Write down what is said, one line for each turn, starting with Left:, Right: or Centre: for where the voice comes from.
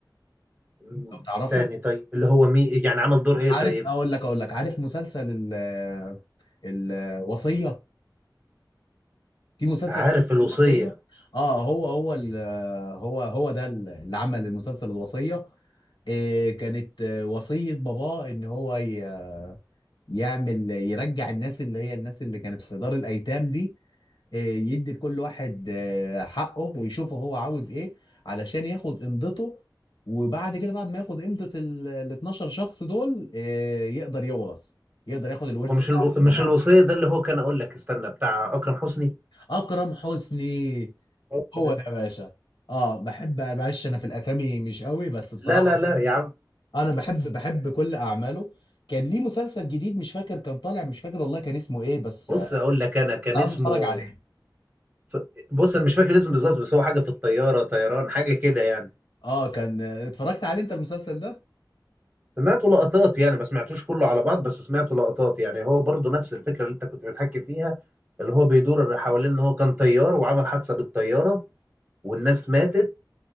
Right: مم.
Left: لو تعرفه
Right: تاني طيب اللي هو مي يعني عمل دور ايه
Left: عارف
Right: طيب
Left: أقول لك أقول لك عارف مسلسل ال- آه، الوصية في مسلسل
Right: عارف
Left: كان اسمه
Right: الوصيه
Left: الوصية اه هو هو ال- آه، هو هو ده اللي عمل المسلسل الوصية آه، كانت آه، وصية باباه إن هو ي- يعمل يرجع الناس اللي هي الناس اللي كانت في دار الايتام دي آه، يدي لكل واحد آه، حقه ويشوفه هو عاوز ايه علشان ياخد قيمته وبعد كده بعد ما ياخد قيمة ال ال 12 شخص دول آه، يقدر يورث يقدر ياخد الورث
Right: هو مش
Left: بتاعه
Right: الو...
Left: من
Right: مش
Left: باباه
Right: الوصيه ده اللي هو كان اقول لك استنى بتاع اكرم حسني
Left: اكرم حسني
Right: هو
Left: هو
Right: ده
Left: ده يا باشا اه بحب معلش انا في الاسامي مش قوي بس بصراحة
Right: لا لا لا يا عم
Left: انا بحب بحب كل اعماله كان ليه مسلسل جديد مش فاكر كان طالع مش فاكر والله كان اسمه ايه بس
Right: بص
Left: آه،
Right: اقول لك انا كان
Left: كنت عايز
Right: اسمه
Left: اتفرج عليه
Right: ف- بص انا مش فاكر الاسم بالظبط بس هو حاجه في الطياره طيران حاجه كده يعني
Left: اه كان اتفرجت عليه انت المسلسل ده
Right: سمعته لقطات يعني ما سمعتوش كله على بعض بس سمعته لقطات يعني هو برضه نفس الفكرة اللي انت كنت بتحكي فيها اللي هو بيدور حوالين ان هو كان طيار وعمل حادثة بالطيارة والناس ماتت